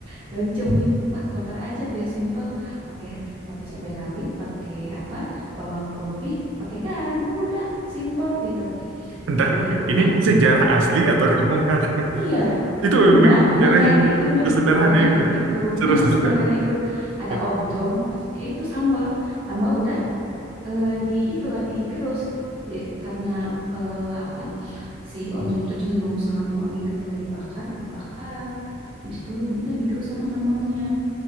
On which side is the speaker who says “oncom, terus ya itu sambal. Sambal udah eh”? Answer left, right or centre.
Right